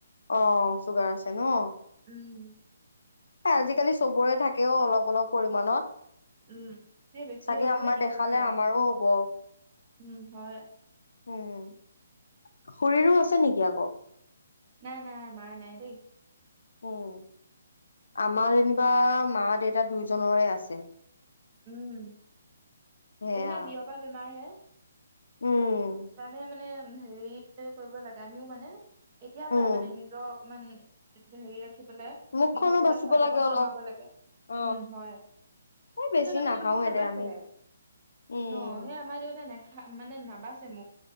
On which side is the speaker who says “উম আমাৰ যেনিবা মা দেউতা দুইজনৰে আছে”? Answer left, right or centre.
Left